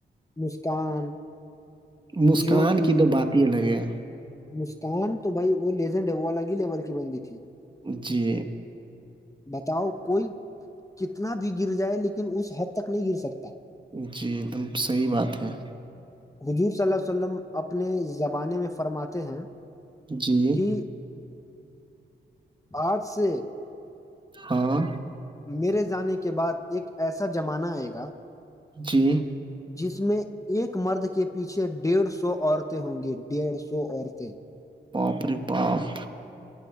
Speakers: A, on the left (about 15°); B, on the right (about 25°).
A: مسکان
B: مسکان
A: جوتی
B: کی تو بات ہی الگے
A: مسکان تو بھائی وہ لیزینڈ ہے الگ ہی لیول کی بنی تھی
B: جی
A: بتاؤ کوئی کتنا بھی گر جائے لیکن اس حد تک نہیں گر سکتا
B: جی ایک دم صحیح بات ہے
A: حجور صلی اللہ ع ولم اپنے زبانے میں فرماتے ہیں
B: جی
A: کہ آج سے
B: ہاں
A: میرے جانے کے بعد ایک ایسا زمانہ آئے گا
B: جی
A: جس میں ایک مرد کے پیچھے ڈیڑھ سو عورتیں ہوں گی ڈیڑھ سو عورتیں
B: پاپڑ پاپ